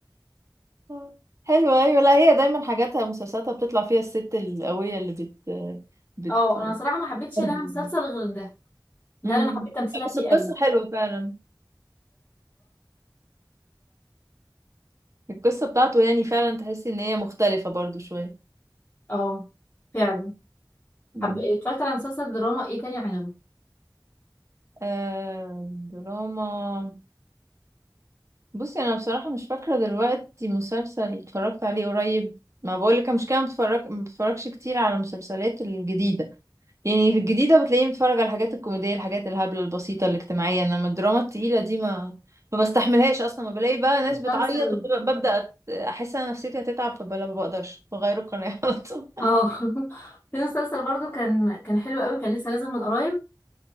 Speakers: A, on the right (about 40°); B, on the left (about 25°).
A: آه. حلوة ايوه لا هي دايما حاجاتها مسلسلاتها بتطلع فيها الست القوية اللي بت بت
B: اه
A: <laughs>
B: انا صراحه ما حبيتش
A: أهلاً.
B: لها مسلسل غير ده ده
A: امم
B: اللي انا حبيت تمثيلها فيه
A: بس القصة
B: قوي
A: حلوة فعلا القصة بتاعته يعني فعلا تحسي ان هي مختلفة برضو شوية
B: اه فعلا
A: مم.
B: حب... اتفرجت على مسلسل دراما ايه تاني عجبني
A: آه دراما بصي انا بصراحة مش فاكرة دلوقتي مسلسل اتفرجت عليه قريب ما بقولك أنا مش كده بتفرج ما بتفرجش كتير على المسلسلات الجديدة يعني في الجديدة بتلاقيني بتفرج على الحاجات الكوميدية الحاجات الهبلة البسيطة الاجتماعية انما الدراما التقيلة دي ما ما بستحملهاش اصلا ما بلاقي بقى
B: في
A: ناس
B: مسلسل
A: بتعيط وببدأ أت- احس ان أنا نفسيتي هتتعب فبلا ما بقدرش بغير القناة على طول
B: اه <laughs> في مسلسل برضو كان كان حلو قوي كان لسه نازل من قريب